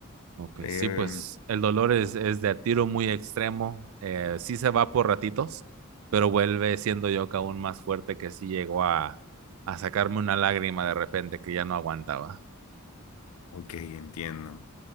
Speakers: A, on the right; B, on the left.
A: Ok,
B: Em,
A: sí, pues el dolor es, es de a tiro muy extremo. Eh, sí se va por ratitos, pero vuelve siendo yo que aún más fuerte que sí llegó a, a sacarme una lágrima de repente que ya no aguantaba.
B: ok, entiendo.